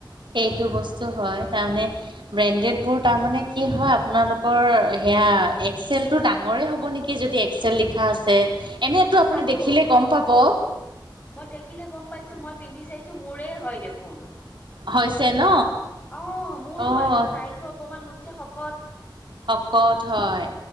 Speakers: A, on the right; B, on the left.
A: এইটো বস্তু হয়, তাৰ মানে
B: উ
A: ব্ৰেণ্ডেডবোৰ তাৰ মানে কি হয় আপোনালোকৰ, সেয়া এক্সেলটো ডাঙৰে হ'ব নেকি যদি এক্সেল লিখা আছে, এনেইটো
B: মই
A: আপুনি
B: চালো
A: দেখিলে গম পাব।
B: মই দেখিলে গম পাইছো মই পিন্ধি চাইছো মোৰে হয় দেখোন।
A: হৈছে ন
B: অহ মোৰ
A: অ'
B: হয়তো তাইতো অকমান মোতকে শকত।
A: শকত হয়।